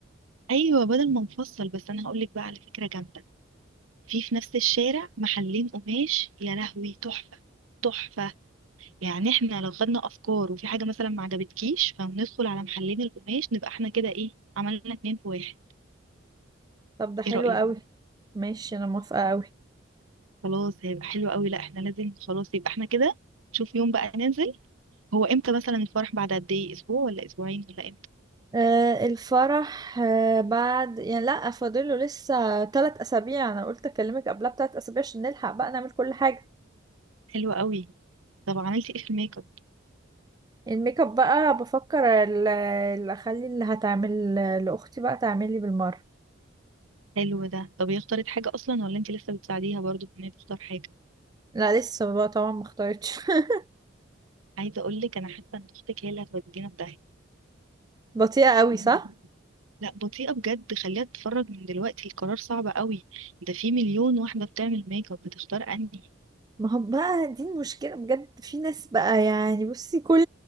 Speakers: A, on the right; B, on the right.
A: ايوه بدل ما نفصل بس انا هقول لك بقى على فكرة جامدة في في نفس الشارع محلين قماش يا لهوي تحفة تحفة يعني احنا لو خدنا افكار وفي حاجه مثلا ما عجبتكيش فندخل على محلين القماش نبقى احنا كده ايه عملنا اتنين في واحد
B: <laughs> طب ده حلو
A: ايه رايك
B: قوي ماشي انا موافقه قوي
A: خلاص هيبقى حلو قوي لا احنا لازم خلاص يبقى احنا كده شوف يوم بقى ننزل هو امتى مثلا الفرح بعد قد ايه اسبوع ولا اسبوعين ولا امتى
B: آه، الفرح آه، بعد يعني لا فاضله لسه ثلاث اسابيع انا قلت اكلمك قبلها بثلاث اسابيع عشان نلحق بقى نعمل كل حاجه
A: حلو قوي طب عملتي ايه في الميك اب
B: الميك اب بقى بفكر ال- اللي اخلي اللي هتعمل لاختي بقى تعملي بالمره
A: حلو ده طب هي اختارت حاجه اصلا ولا انت لسه بتساعديها برضو في ان هي تختار حاجه
B: لا لسه بقى طبعا ما اختارتش <laughs>
A: عايزه اقول لك انا حاسه ان اختك هي اللي هتودينا في
B: بطيئه قوي
A: داهيه
B: صح
A: لا بطيئة بجد خليها تتفرج من دلوقتي القرار صعب قوي ده في مليون واحدة بتعمل ميك اب هتختار انهي
B: ما هو بقى دي المشكله بجد في ناس بقى يعني بصي كل